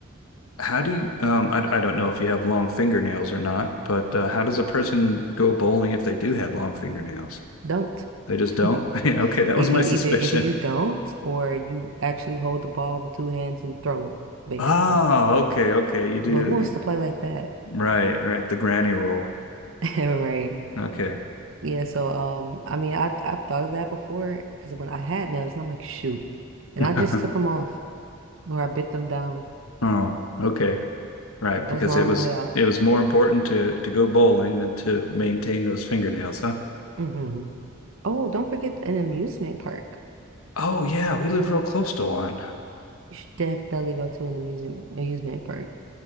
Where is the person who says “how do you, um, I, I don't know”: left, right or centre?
Left